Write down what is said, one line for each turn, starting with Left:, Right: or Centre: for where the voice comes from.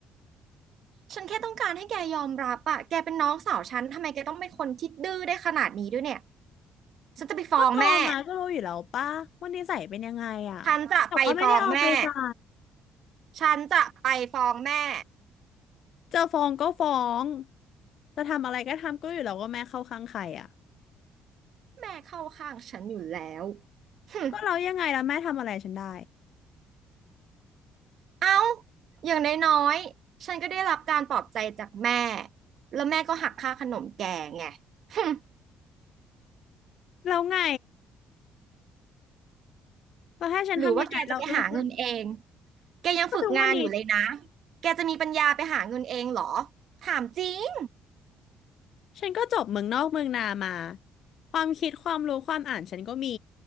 Right: ฉันแค่ต้องการให้แกยอมรับอะแกเป็นน้องสาวฉันทำไมแกต้องเป็นคนที่ดื้อได้ขนาดนี้ด้วยเนี่ยฉันจะไปฟ้องแม่
Left: ก็โตอมาก็รู้อยู่แล้วป่ะว่านิสัยเป็นยังไงอ่ะแต่ว่าไม่ได้เอาไปใส่
Right: ฉันจะไปฟ้องแม่ฉันจะไปฟ้องแม่
Left: จะฟ้องก็ฟ้อง จะทำอะไรก็ทำก็อยู่แล้วว่าแม่เข้าข้างใครอ่ะ
Right: แม่เข้าข้างฉันอยู่แล้ว <laughs> หึ
Left: ก็เรายังไงแล้วแม่ทำอะไรฉันได้
Right: เอ้าอย่างน้อยๆฉันก็ได้รับการปลอบใจจากแม่แล้วแม่ก็หักค่าขนมแกไง <laughs> หึ
Left: แล้วไงแล้วให้ฉันทำยังไงเราเราเรา
Right: หรือว่าแกจะไปหาเงินเอง แกยังฝึกงานอยู่เลยนะ
Left: ก็ทุกวันนี้
Right: แกจะมีปัญญาไปหาเงินเองเหรอ ถามจริง
Left: ฉันก็จบเมืองนอกเมืองนามา ความคิดความรู้ความอ่านฉันก็มี